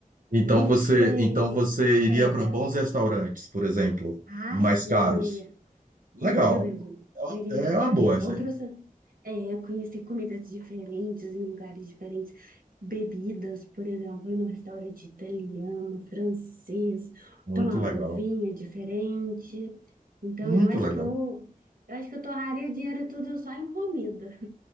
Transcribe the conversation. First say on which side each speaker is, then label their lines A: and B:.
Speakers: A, on the right; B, on the right.
A: Então
B: do
A: você,
B: que em
A: então você
B: matéria.
A: iria para bons restaurantes, por exemplo,
B: Ah,
A: mais
B: sim,
A: caros.
B: eu ia.
A: Legal,
B: Sim, eu iria,
A: é
B: eu iria
A: uma
B: para
A: é uma boa essa
B: outros,
A: aí.
B: é, conhecer comidas diferentes em lugares diferentes, bebidas, por exemplo, ir num restaurante italiano, francês,
A: Muito
B: tomar
A: legal,
B: um vinho diferente. Então,
A: muito
B: eu acho
A: legal,
B: que eu, eu acho que eu torraria o dinheiro tudo só em comida.